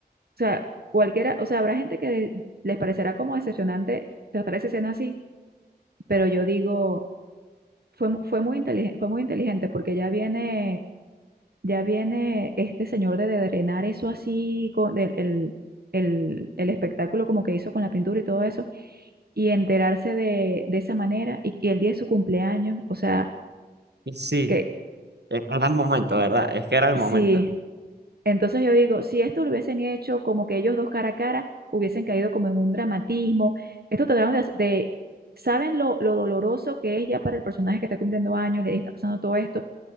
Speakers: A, on the right; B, on the right.
A: O sea, cualquiera, o sea, habrá gente que de- les parecerá como decepcionante tratar esa escena así, pero yo digo, fue, mu- fue muy inteligente, fue muy inteligente porque ya viene, ya viene este señor de drenar eso así, con del- el, el, el espectáculo como que hizo con la pintura y todo eso, y enterarse de, de esa manera, y, y el día de su cumpleaños, o sea,
B: Y sí,
A: que
B: es que era el momento, ¿verdad? Es que era el
A: sí.
B: momento.
A: Entonces yo digo, si esto lo hubiesen hecho como que ellos dos cara a cara, hubiesen caído como en un dramatismo. Esto trataron de, hac- de- ¿saben lo, lo doloroso que es ya para el personaje que está cumpliendo años, le está pasando todo esto?